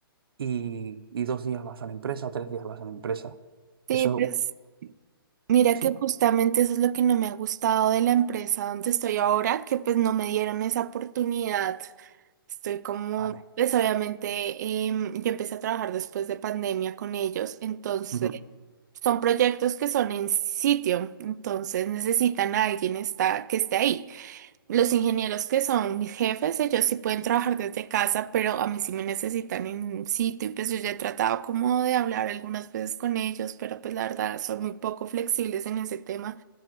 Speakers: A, on the right; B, on the right.
A: y, y dos días vas a la empresa o tres días vas a la empresa.
B: Sí,
A: Eso,
B: pues
A: o
B: mira
A: Sí.
B: que justamente eso es lo que no me ha gustado de la empresa donde estoy ahora, que pues no me dieron esa oportunidad. Estoy como,
A: Vale.
B: pues obviamente em, yo empecé a trabajar después de pandemia con ellos, entonces...
A: Ujú.
B: Son proyectos que son en sitio, entonces necesitan a alguien está, que esté ahí. Los ingenieros que son mis jefes, ellos sí pueden trabajar desde casa, pero a mí sí me necesitan en sitio y pues yo ya he tratado como de hablar algunas veces con ellos, pero pues la verdad son muy poco flexibles en ese tema.